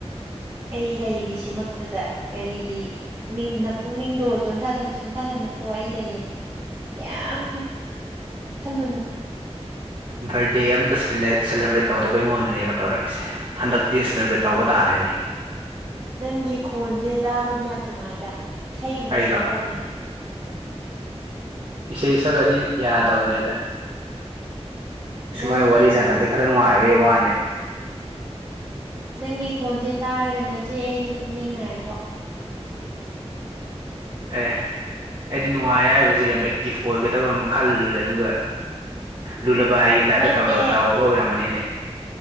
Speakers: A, on the right; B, on the right.
A: ꯑꯩ ꯂꯩꯔꯤꯁꯤꯃꯛꯇꯗ ꯀꯔꯤꯒꯤ ꯄꯨꯛꯅꯤꯡꯅ ꯄꯨꯛꯅꯤꯡꯗꯣ ꯁꯣꯟꯊꯒꯅꯨꯀꯣ ꯑꯩ ꯂꯩꯌꯦ ꯀꯌꯥꯝ ꯈꯜꯂꯨꯅꯣ
B: ꯕꯥꯔꯗꯦ ꯑꯃꯇ ꯁꯦꯂꯦꯕ꯭ꯔꯦꯠ ꯇꯧꯗꯕ ꯑꯩꯉꯣꯟꯗꯅꯦꯕ ꯇꯧꯔꯛꯏꯁꯦ ꯍꯟꯗꯛꯇꯤ ꯁꯦꯂꯦꯕ꯭ꯔꯦꯠ ꯇꯧꯕ ꯇꯥꯔꯦꯅꯦ
A: ꯅꯪꯒꯤ ꯈꯣꯟꯁꯦ ꯇꯥꯕꯗꯤ ꯌꯥꯝ ꯅꯨꯡꯉꯥꯏꯗ ꯏꯁꯩ ꯑꯃꯝꯇ
B: ꯑꯩꯔꯣ
A: ꯁꯛꯂꯛꯎꯅꯦ ꯎꯝ
B: ꯏꯁꯩ ꯁꯛꯑꯗꯤ ꯌꯥꯗꯕꯅꯦꯗ ꯁꯨꯃꯥꯏ
A: ꯅꯪꯒꯤ
B: ꯋꯥꯔꯤ
A: ꯈꯣꯟ
B: ꯁꯥꯟꯅꯕꯗ ꯈꯔ ꯅꯨꯡꯉꯥꯏꯕ ꯋꯥꯅꯦ
A: ꯅꯪꯒꯤ ꯈꯣꯟꯖꯦ ꯇꯥꯔꯒ ꯅꯆꯦ ꯑꯩꯁꯦ ꯇꯨꯝꯅꯤꯡꯉꯛꯑꯦꯕꯣ
B: ꯑꯦ ꯑꯩꯗꯤ ꯅꯨꯡꯉꯥꯏ ꯍꯥꯏꯕꯁꯖꯦ ꯌꯥꯝ ꯑꯦꯛꯇꯤꯐ ꯑꯣꯏꯒꯗꯕ ꯑꯃ ꯈꯜꯂꯨꯔꯦ ꯑꯗꯨꯒ ꯂꯨꯂꯕꯥꯢꯒꯤ ꯇꯥꯏꯞꯇ
A: ꯅꯠꯇꯦ
B: ꯇꯧꯔ ꯇꯧꯔꯒ ꯑꯣꯏꯔꯝꯃꯅꯤꯅꯦ